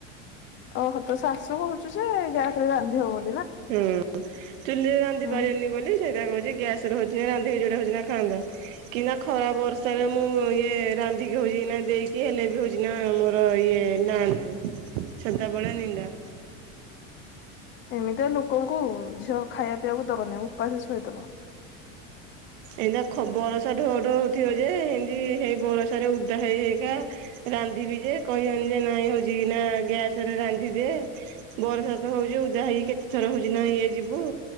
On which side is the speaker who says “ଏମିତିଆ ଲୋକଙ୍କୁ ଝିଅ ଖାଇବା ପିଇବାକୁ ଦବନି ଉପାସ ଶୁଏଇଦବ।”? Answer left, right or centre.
Left